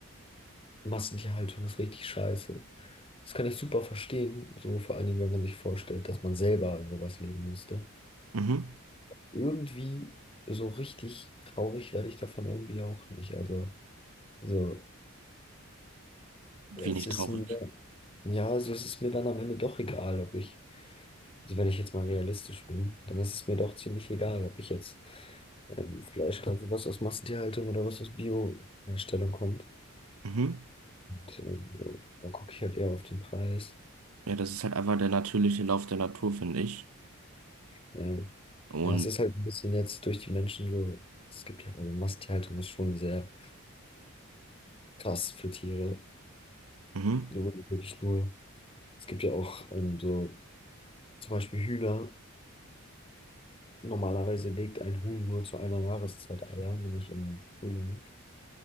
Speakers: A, on the left; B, on the right.
A: Massentierhaltung ist richtig scheiße. Das kann ich super verstehen, so vor allen Dingen, wenn man sich vorstellt, dass man selber in sowas leben müsste.
B: Mhm.
A: irgendwie so richtig traurig werde ich davon irgendwie auch nicht. Also, so,
B: Wenig
A: es ist
B: traurig.
A: mir, ja, also es ist mir dann am Ende doch egal, ob ich, also wenn ich jetzt mal realistisch bin, dann ist es mir doch ziemlich egal, ob ich jetzt ähm, Fleisch kaufe, was aus Massentierhaltung oder was aus Bio-Herstellung kommt.
B: Mhm.
A: Und, ähm, so, dann gucke ich halt eher auf den Preis.
B: Ja, das ist halt einfach der natürliche Lauf der Natur, finde ich.
A: Ja.
B: Und
A: Ja, es ist halt ein bisschen jetzt durch die Menschen so, es gibt ja, also Massentierhaltung ist schon sehr krass für Tiere.
B: Mhm.
A: Da wurde wirklich nur Es gibt ja auch ähm, so zum Beispiel Hühner. Normalerweise legt ein Huhn nur zu einer Jahreszeit Eier, nämlich im Frühling.